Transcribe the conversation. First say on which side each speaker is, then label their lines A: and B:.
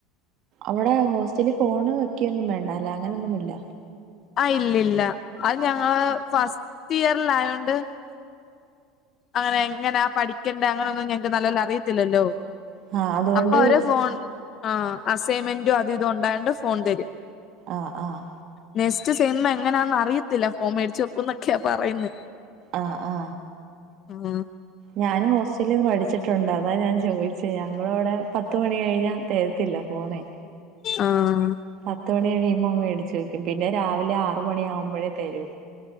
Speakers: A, on the right; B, on the left.
A: അവടെ ഹോസ്റ്റലി ഫോണ് വെക്ക്യൊന്നും വേണ്ടലെ അങ്ങനെന്നുമില്ല.
B: ആഹ് ഇല്ലല്ല അത് ഞങ്ങള് ഫസ്റ്റിയറിലായോണ്ട് അങ്ങന എങ്ങനാ പഠിക്കേണ്ട അങ്ങനൊന്നും ഞങ്ങക്ക് നല്ലോല്ലറിയത്തില്ലല്ലോ
A: ആ അതുകൊണ്ട്
B: അപ്പൊ അവര് ഫോൺ ആഹ് അസൈമെന്റോ അത് ഇതും ഒണ്ടായോണ്ട് ഫോൺതരും.
A: ആഹ് ആഹ്
B: നെസ്റ്റ് സെമ്മ് എങ്ങനാന്നറിയത്തില്ല ഫോണ് മേടിച്ച് വെക്കുന്നൊക്ക്യാ പറയുന്നേ.
A: ആഹ് ആഹ്
B: ഉം
A: ഞാനും ഹോസ്റ്റലിൽന്ന് പഠിച്ചിട്ടുണ്ട് അതാ ഞാൻ ചോയ്ച്ചേ ഞങ്ങളവടെ പത്ത് മണി കഴ്ഞ്ഞാ തരത്തില്ല ഫോണേ.
B: ആഹ്
A: പത്ത് മണി കഴിയുമ്പോമേടിച്ചു വെക്കും പിന്നെ രാവിലെ ആറ് മണിയാവുമ്പഴേ തരൂ.